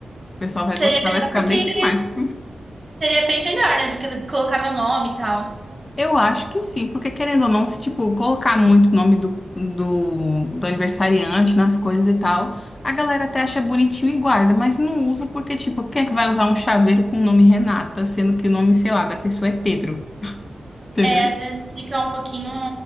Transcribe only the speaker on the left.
pessoal vai
gostar,
vai ficar bem
temático.
Eu acho que sim, porque querendo ou não, se tipo, colocar muito o nome do, do, do aniversariante nas coisas e tal, a galera até acha bonitinho e guarda, mas não usa porque, tipo, quem é que vai usar um chaveiro com o nome Renata, sendo que o nome, sei lá, da pessoa é Pedro, entendeu?